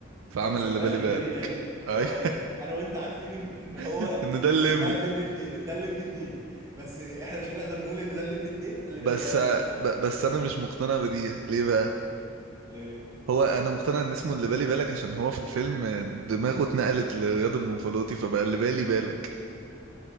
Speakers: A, on the right; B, on the right.
A: فعمل
B: فسماه
A: اللي بالي
B: اللي
A: بالك
B: بالي بالك
A: ايوه
B: اللي هو آه، انا وانت عارفين ان إن هو
A: <laughs> ان ده الليمبي
B: ان ده الليمبي اتنين إن ده الليمبي اتنين بس احنا مش هنقدر نقول ان ده الليمبي اتنين فاللي
A: بس
B: بالي بالك بقى يا صاحبي
A: ب-
B: فاهم
A: بس انا مش مقتنع بدي ليه بقى
B: ليه
A: هو انا مقتنع ان اسمه اللي بالي بالك عشان هو في الفيلم دماغه اتنقلت لرياض المنفلوطي فبقى اللي بالي بالك